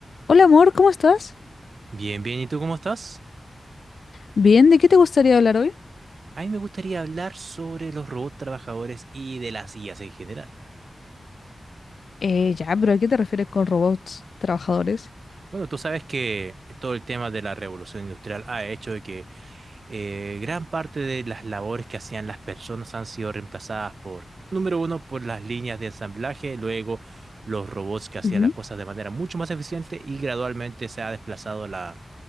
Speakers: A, on the left; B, on the right.
A: Hola amor, ¿cómo estás?
B: Bien, bien, ¿y tú cómo estás?
A: Bien, ¿de qué te gustaría hablar hoy?
B: A mí me gustaría hablar sobre los robots trabajadores y de las IAs en general.
A: Eh, ya, pero ¿a qué te refieres con robots trabajadores?
B: Bueno, tú sabes que todo el tema de la revolución industrial ha hecho de que eh, gran parte de las labores que hacían las personas han sido reemplazadas por, número uno, por las líneas de ensamblaje, luego los robots que hacían
A: Ujú.
B: las cosas de manera mucho más eficiente y gradualmente se ha desplazado la-